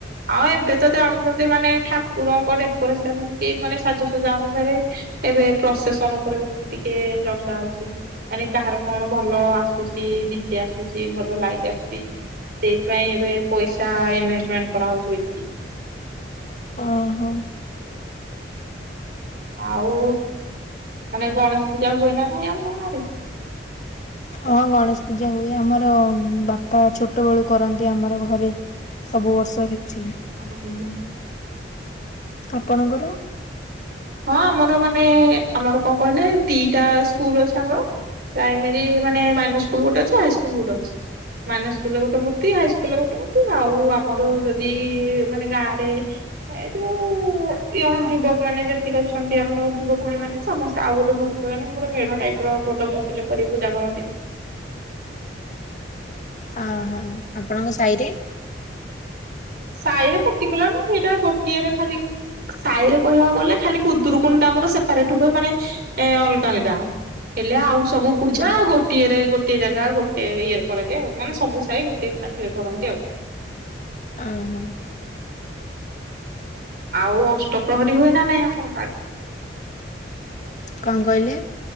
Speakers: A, on the right; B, on the left.
A: ଆଉ ଏବେ ତ ଜାଣୁଛନ୍ତି ମାନେ ଠାକୁରଙ୍କ ଡେକୋରେସନ କି ମାନେ ସାଜସଜା ଅନୁସାରେ ଏବେ ପ୍ରସେସନ ଉପରେ ବେଶ ଟିକେ ଚର୍ଚ୍ଚା ହଉଛି। ମାନେ କାହାର କଣ ଭଲ ଆସୁଛି ଡିଜେ ଆସୁଛି ଭଲ ଲାଇଟ୍ ଆସୁଛି। ସେଇଥିପାଇଁ ଏବେ ପଇସା ଇନଭେଷ୍ଟମେଣ୍ଟ କରାହଉଛି ବେଶୀ
B: ଓହୋ
A: ଆଉ ମାନେ ଗଣେଶ ପୂଜା ହୁଏ ନା ନାଇଁ ଆମରେ ଇଆଡ଼େ
B: ହଁ ଗଣେଶ ପୂଜା ହୁଏ ଆମର ବାପା ଛୋଟ ବେଳୁ କରନ୍ତି ଆମର ଘରେ ସବୁ ବର୍ଷ ହେଇଛି।
A: ହୁ
B: ଆପଣଙ୍କର?
A: ହଁ ଆମର ମାନେ ଆମର କଣ କହିଲେ ଦିଟା ସ୍କୁଲ ଅଛି ଆମର। ପ୍ରାଇମେରୀ ମାନେ ସ୍କୁଲ ଗୋଟେ ଅଛି ହାଇ ସ୍କୁଲ ଗୋଟେ ଅଛି। ମାନ ସ୍କୁଲରେ ଗୋଟେ ମୂର୍ତ୍ତି ହାଇସ୍କୁଲରେ ଗୋଟେ ମୂର୍ତ୍ତି ଆଉ ଆମର ଯଦି ମାନେ ଗାଁରେ। ଏ ଯୋଉ ୟଙ୍ଗ ଯୁବକ ମାନେ ଯେ ସେ ଅଛନ୍ତି ଆମର ଯୁବପିଣ ମାନେସ୍ତେ ଆଉ ଗୋଟେ ମୂର୍ତ୍ତ ମେ ମୋର ମେଢ ଟାଇପ ର ଗୋଟେ ମତ କରି ପୂଜା କରନ୍ତି ଆଉ।
B: ଅହୋ ଆପଣଙ୍କ ସାହି ରେ
A: ସାଇରେ ପତି କଲାନ ସେଇଟାର ଗୋଟିଏରେ ଖାଲି। ସାହି ରେ କହିବାକୁ ଗଲେ ଖାଲି କୁଦୁରୁକୁୋଣ ଟା ଆମର ସେପାରେଟ ହୁଏ ମାନେ ଏ ଅଲଗା ଅଲଗା ହେଲେ ଆଉ ସବୁ ପୂଜା ଗୋଟିଏରେ ଗୋଟଏ ଜାଗା ଗୋଟେ ଇଏରେ କରାଯାଏ ଆଉ ମାନେ ସବୁ ସାଇ ଟେ ପାଠିରେ କରନ୍ତି ଆଉ।
B: ଓ ହ
A: ଆଉ ଅଷ୍ଟପ୍ରହରୀ ହୁଏ ନା ନାଇଁ ଆପଣଙ୍କ ଆଡେ
B: କଣ କହିଲେ।